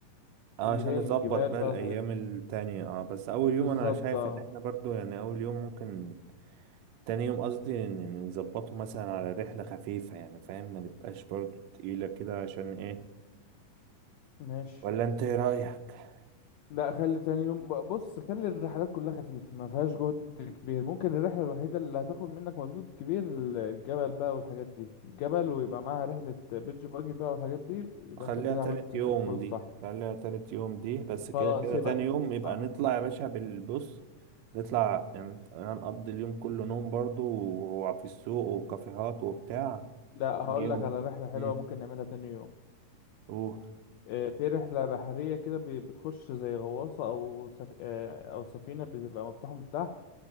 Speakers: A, on the right; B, on the left.
A: اه
B: اللي
A: عشان
B: هي
A: نظبط
B: الجبال
A: بقى
B: بقى
A: الأيام
B: والحاجات دي
A: التانية اه بس أول يوم
B: بالظبط
A: أنا شايف
B: اه
A: إن احنا برضو يعني أول يوم ممكن تاني يوم قصدي إن نظبطه مثلا على رحلة خفيفة يعني فاهم ما نبقاش برضو تقيلة كده عشان ايه
B: ماشي
A: ولا انت ايه رأيك؟
B: لا خلي تاني يوم ب- بص خلي الرحلات كلها خفيفة ما فيهاش جهد كبير ممكن الرحلة الوحيدة اللي هتاخد منك مجهود كبير ال- الجبل بقى والحاجات دي الجبل ويبقى معاها رحلة بيتش باجي بقى والحاجات دي يبقى
A: خليها
B: انت كده
A: تالت
B: عملت
A: يوم
B: فوق الصح
A: دي خليها تالت يوم دي بس كده
B: خلاص
A: كده
B: يبقى
A: تاني يوم يبقى
B: أه،
A: نطلع يا باشا بالبص نطلع يعني هنقضي اليوم كله نوم برضو وفي السوق وكافيهات وبتاع
B: لا هقول
A: تاني يوم
B: لك على رحلة حلوة
A: مم.
B: ممكن نعملها تاني يوم
A: اوه
B: آه، في رحلة بحرية كده ب- بتخش زي غواصة أو سف... آه، أو سفينة بتبقى مفتوحة من تحت